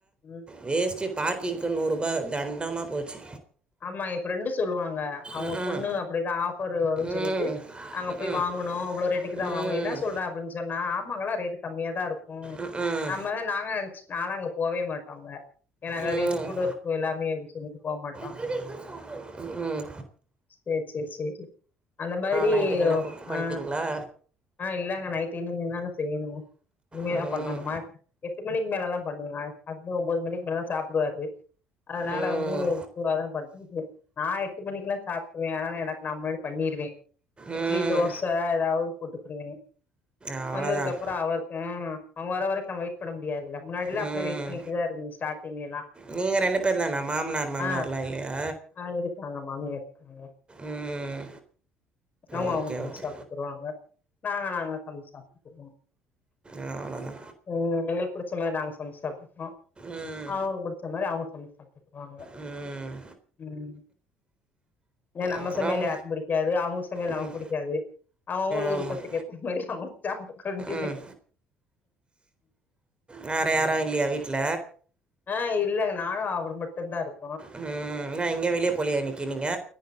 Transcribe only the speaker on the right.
வேஸ்ட்டு பார்க்கிங்க்கு நூருபா தண்டமா போச்சு
ம்ஹ்ம்.
ம்.
ம்ஹ்ம்.
ம்.
ம்ஹ்ம்.
ம்.
ம் ம்ம்
நைட்டுக்கு என்ன குக் பண்ணிட்டீங்களா?
ம்,
ம்,
ம்.
அவ்வளோதான்
ம்
நீங்கள் ரெண்டு பேர் தானா மாமனார் மாமியார்லாம்
இல்லையா
ம்
ஓகே
ஓகே
ஆ அவ்ளோதா
ம்
ம்
அப்புறம்
ம்
ஆமாம்
ம் வேற யாரு இல்லையா வீட்ல
ம் என்னா எங்கயு வெளிய போலியா இன்னிக்கு நீங்க